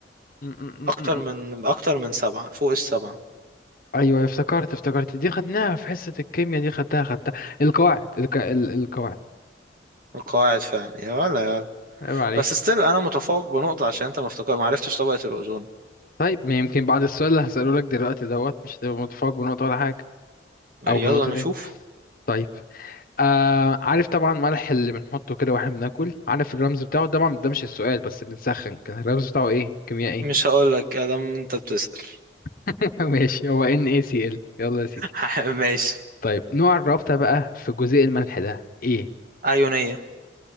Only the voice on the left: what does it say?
م- م-
م-
م.
ايوه افتكرت افتكرت دي خدناها في حصة الكيمياء دي خدتها خدتها القواعد الك... ال- القواعد
عيب
طيب ما يمكن بعد السؤال اللي هسأله لك دلوقتي دوت مش هتبقى متفوق بنقطة ولا حاجة
أو بنقطتين
طيب آه عارف طبعا ملح اللي بنحطه كده واحنا بناكل عارف الرمز بتاعه طبعا ده مش السؤال بس بنسخن كان الرمز بتاعه ايه كيميائي
<laughs> ماشي هو NaCl يلا يا سيدي
طيب نوع الرابطة بقى في جزيء الملح ده ايه